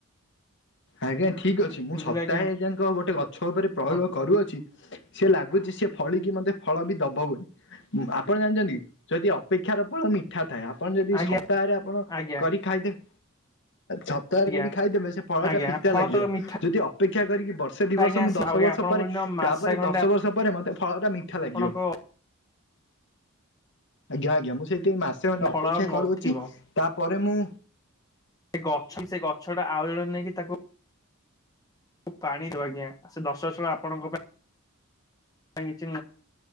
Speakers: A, on the left; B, on the left.
A: ଆଜ୍ଞା ଠିକ୍ ଅଛି ମୁଁ
B: ବୁଝିଲେ
A: ସପ୍ତାହେ
B: ଆଜ୍ଞା
A: ଯାକ ଗୋଟେ ଗଛ ଉପରେ ପ୍ରୟୋଗ
B: ଆପଣ
A: କରୁଅଛି ସେ ଲାଗୁଛି ସି ଫଳିକି ମତେ ଫଳ ବି ଦବ ବୋଲି ଆପଣ ଜାଣିଛନ୍ତି ଯଦି ଅପେକ୍ଷାର ଫଳ ମିି ମିଠା ଥାଏ ଆପଣ ଯଦି
B: ଆଜ୍ଞା
A: ସପ୍ତାହରେ ଆପଣ
B: ଆଜ୍ଞା
A: କରି ଖାଇଦେବେ ସପ୍ତାହରେ
B: ଆଜ୍ଞା
A: କରି ଖାଇଦେବେ ସେ ଫଳା
B: ଆଜ୍ଞା
A: ପିତା
B: ଫଳ
A: ଲାଗିବ
B: ତ ମିଠା
A: ଯଦି ଅପେକ୍ଷା କରିକି ବ ବର୍ଷେ ଦି ବର୍ଷ
B: ଆଜ୍ଞା
A: ମୁଁ
B: ଆସି
A: ଦଶ
B: ଆଜ୍ଞା
A: ବର୍ଷ
B: ଆପଣଙ୍କୁ
A: ପରେ
B: ଏଇନା ମାସେ
A: ତାପରେ
B: ଖଣ୍ଡେ
A: ଦଶ ବର୍ଷ ପରେ ମତେ ଫଳ ଟା ମିଠା
B: ଆପଣଙ୍କ
A: ଲାଗିବ ଆଜ୍ଞା ଆଜ୍ଞା ମୁଁ ସେଇଠି ମାସେ ଖଣ୍ଡେ
B: ଫଳ
A: ଅପେକ୍ଷା
B: ଆଉ ନଥିବ
A: କରୁଛି ତା ପରେ ମୁଁ
B: ସେ ଗଛ ସେ ଗଛ ଟା ଆଉ ଜଣେ ନେଇକି ତାକୁ ପାଣି ଦବ ଆଜ୍ଞା ସେ ଦଶ ବର୍ଷ ବେଳୁ ଆପଣଙ୍କ ପାଇଁ ଛି